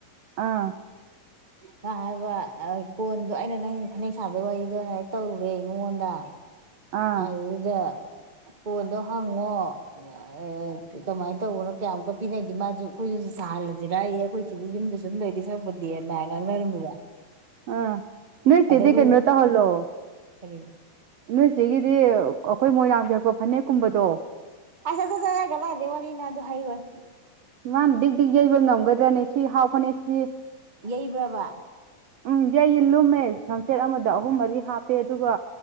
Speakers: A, on the right; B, on the right.
A: ꯑꯥ
B: ꯃꯥ ꯍꯥꯏꯕ ꯀꯣꯟꯗꯣ ꯑꯩꯅ ꯅꯪ ꯐꯅꯦꯛ ꯁꯥꯕꯩ ꯋꯥꯔꯤꯗꯣ ꯍꯥꯏꯔꯞ ꯇꯧꯔꯨꯔꯦ ꯃꯉꯣꯟꯗ
A: ꯑꯥ
B: ꯑꯗꯨꯗ ꯀꯣꯟꯗꯣ ꯍꯪꯉꯣ ꯑꯥ ꯀꯃꯥꯏꯅ ꯇꯧꯕꯅꯣ ꯀ꯭ꯌꯥꯃꯨꯛꯀ ꯄꯤꯅꯒꯦ ꯃꯥꯖꯨ ꯑꯩꯈꯣꯏꯁꯨ ꯁꯥꯍꯜꯂꯁꯤꯔꯥꯌꯦ ꯑꯩꯈꯣꯏ ꯁꯤꯗ ꯌꯨꯝꯗ ꯁꯨꯝ ꯂꯩꯗꯧ ꯁꯛꯄꯨꯗꯤ ꯗꯦꯃꯥꯏ ꯉꯥꯡꯅꯔꯝꯃꯤꯕ
A: ꯑ ꯅꯣꯏ ꯆꯦꯗꯤ
B: ꯑꯗ ꯑꯩꯈꯣꯏ
A: ꯀꯩꯅꯣ ꯇꯧꯍꯜꯂꯣ
B: ꯀꯔꯤ
A: ꯅꯣꯏꯆꯦꯒꯤꯗꯤ ꯑꯈꯣꯏ ꯃꯣꯏꯔꯥꯡꯐꯤ ꯍꯛꯄ ꯐꯅꯦꯛꯀꯨꯝꯕꯗꯣ
B: ꯑ ꯖ-ꯖ-ꯖ ꯖ ꯀꯗꯥꯏꯗꯩ ꯋꯥꯔꯤꯅꯣ ꯑꯗꯨ ꯍꯩꯔꯣꯏ
A: ꯃꯥꯅ ꯗꯤꯛ ꯗꯤꯛ ꯌꯩꯕ ꯉꯝꯒꯗ꯭ꯔꯅꯦ ꯁꯤ ꯍꯥꯎ ꯐꯅꯦꯛꯁꯤ
B: ꯌꯩꯕ꯭ꯔꯕ
A: ꯎꯝ ꯌꯩꯌꯦ ꯂꯨꯝꯃꯦ ꯁꯝꯆꯦꯠ ꯑꯃꯗ ꯑꯍꯨꯝ ꯃꯔꯤ ꯍꯥꯞꯄꯦ ꯑꯗꯨꯒ